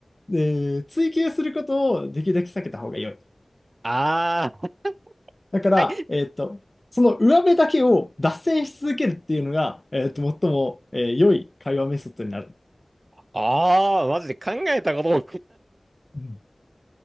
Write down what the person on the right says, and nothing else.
あ
あ。はい。
ああ、マジで考えたことも。